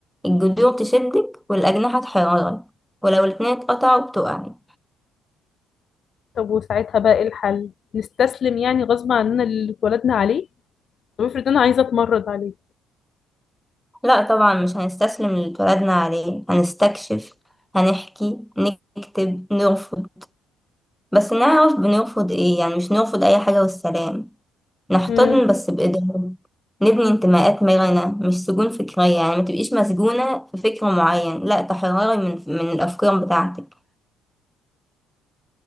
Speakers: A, in the centre; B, on the left.
A: الجذور تشدك والأجنحة تحيرك ولو الاتنين اتقطعوا بتقعي
B: طب وساعتها بقى إيه الحل؟ نستسلم يعني غصب عننا اللي اتولدنا عليه؟ طب افرض أنا عايزة أتمرد عليه
A: لا طبعا مش هنستسلم للي اتولدنا عليه هنستكشف هنحكي نكتب نرفض بس نعرف بنرفض ايه يعني مش نرفض أي حاجة والسلام نحتضن
B: مم.
A: بس بإدراك نبني انتماءات مرنة مش سجون فكرية يعني ما تبقيش مسجونة في فكر معين لا تحرري من من الأفكار بتاعتك